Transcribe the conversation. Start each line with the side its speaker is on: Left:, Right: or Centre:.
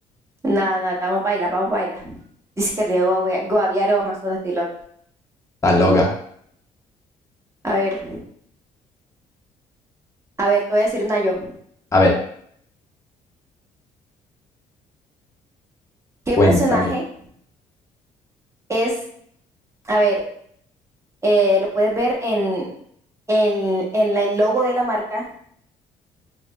Right: nada, nada, vamos a bailar, vamos a bailar. Dice que Río Guaviare o Amazonas, estoy loca.
Left: La loga.
Right: A ver, a ver, te voy a decir una yo.
Left: A ver,
Right: ¿Qué
Left: cuéntame.
Right: personaje es, a ver, eh, lo puedes ver en, en, en el logo de la marca